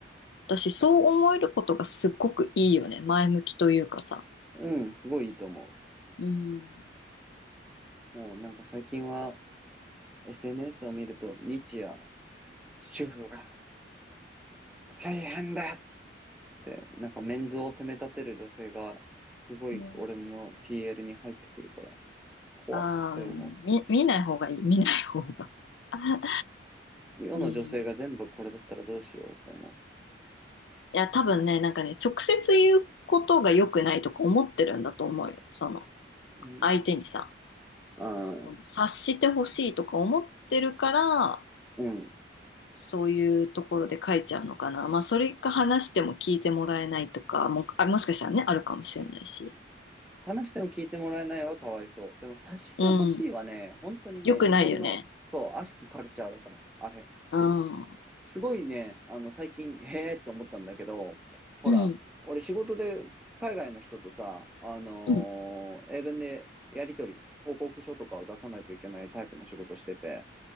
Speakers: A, on the left; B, in the centre.
A: 私、そう思えることがすっごくいいよね。前向きというかさ。
B: うん、すごいいいと思
A: うん。
B: う。もうなんか最近は、SNS を見ると、日夜、主婦が大変だって、なんかメンズを責め立てる女性が、すごい俺の
A: うん、
B: TL に入ってくるから、怖って思
A: ああ、うん見、見ない方がいい、見ない方が。<laughs>
B: う。世の女性が全部これだったらどうしようって思
A: うん。いや、多分ね、なんかね、直接言うことが良くないとか思ってるんだと思うよ。その、
B: う。
A: 相手にさ。
B: うん。
A: その察してほしいとか思ってるから
B: うん。うん。
A: そういうところで書いちゃうのかなまあそれか話しても聞いてもらえないとかもあもしかしたらねあるかもしれないし
B: 話しても聞いてもらえないはかわいそう。でも察してほしいはね、
A: うん
B: 本当にね、
A: よくないよね
B: 日本の、そう、悪しきカルチャーだから、あれ。
A: うんうん
B: すごいね、あの、最近、へーって思ったんだけど、ほら、
A: うん
B: 俺仕事で海外の人とさ、あの
A: う
B: ー英文でやりとり、報告書とかを出さないといけないタイプの仕事してて、